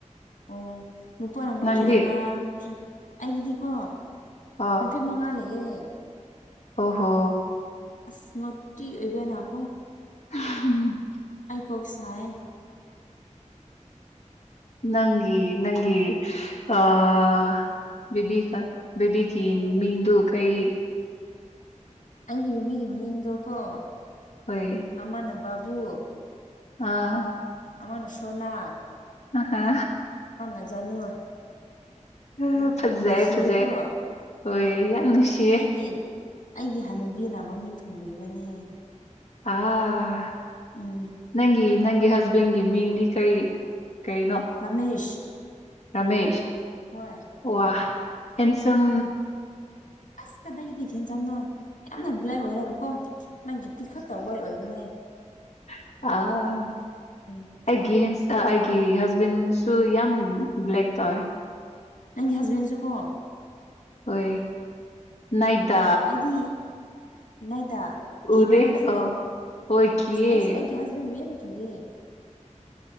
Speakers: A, on the left; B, on the left.
A: ꯑꯣ ꯅꯨꯄꯥꯅ ꯅꯣꯇꯤ
B: ꯅꯪꯗꯤ
A: ꯑꯣꯏꯕ꯭ꯔꯥ ꯅꯠꯇ꯭ꯔꯒ ꯑꯩꯒꯤꯗꯤꯀꯣ
B: ꯑꯥ
A: ꯅꯨꯄꯤ ꯃꯉꯥ ꯂꯩꯌꯦ
B: ꯑꯣ ꯍꯣ
A: ꯏꯁ ꯅꯣꯇꯤ ꯑꯣꯏꯕꯅꯀꯣ
B: ꯎꯝ
A: ꯑꯩ ꯀꯣꯛꯁꯦ ꯁꯥꯏꯑꯦ
B: ꯅꯪꯒꯤ ꯅꯪꯒꯤ ꯑꯥ ꯕꯤꯕꯤ ꯀ ꯕꯤꯕꯤꯒꯤ ꯃꯤꯡꯗꯨ ꯀꯩ
A: ꯑꯩꯒꯤ ꯕꯤꯕꯤꯒꯤ ꯃꯤꯡꯗꯣꯀꯣ
B: ꯍꯣꯏ
A: ꯑꯃꯅ ꯕꯥꯕꯨ
B: ꯑꯥ
A: ꯑꯃꯅ ꯁꯣꯅꯥ
B: ꯑ ꯍ
A: ꯑꯃꯅ ꯖꯥꯅꯨ
B: ꯑ ꯐꯖꯩ
A: ꯅꯨꯡꯁꯤꯌꯦꯀꯣ
B: ꯐꯖꯩ ꯍꯣꯏ ꯌꯥꯝ ꯅꯨꯡꯁꯤ
A: ꯑꯩꯒꯤ ꯑꯩꯒꯤ ꯍꯅꯨꯕꯤꯅ ꯃꯃꯤꯡ ꯊꯣꯡꯕꯤꯕꯅꯦ
B: ꯑꯥ
A: ꯎꯝ
B: ꯅꯪꯒꯤ ꯅꯪꯒꯤ ꯍꯁꯕꯦꯟꯒꯤ ꯃꯤꯡꯗꯤ ꯀꯔꯤ ꯀꯩꯅꯣ
A: ꯔꯥꯃꯦꯁ
B: ꯔꯥꯃꯦꯁ
A: ꯍꯣꯏ
B: ꯋꯥ ꯍꯦꯟꯁꯝ
A: ꯎꯝ ꯑꯁ ꯀꯗꯥꯏꯗꯒꯤ ꯍꯦꯟꯁꯝꯅꯣ ꯌꯥꯝꯅ ꯕ꯭ꯂꯦꯛ ꯑꯣꯏꯔꯒ ꯀꯣ ꯃꯥꯒꯤ ꯇꯤꯠ ꯈꯛꯇ ꯇꯧꯕꯩ ꯑꯣꯏꯕꯅꯦ
B: ꯑꯥ
A: ꯎꯝ
B: ꯑꯩꯒꯤ ꯍꯦꯟꯁ ꯑ ꯑꯩꯒꯤ ꯍꯁꯕꯦꯟꯁꯨ ꯌꯥꯝ ꯕ꯭ꯂꯦꯛ ꯇꯧꯋꯦ
A: ꯅꯪꯒꯤ ꯍꯁꯕꯦꯟꯖꯨꯀꯣ
B: ꯍꯣꯏ ꯅꯥꯏꯗꯥ
A: ꯑꯩꯗꯤ ꯅꯣꯏꯗ ꯀꯤꯕ꯭ꯔꯥ
B: ꯎꯗꯦ
A: ꯅꯪꯁꯨ
B: ꯑꯣ ꯍꯣꯏ ꯀꯤꯌꯦ
A: ꯑꯁ ꯑꯩꯁꯨ ꯑꯩꯒꯤ ꯌꯥꯁꯕꯦꯟꯕꯨ ꯌꯥꯝ ꯀꯤꯌꯦ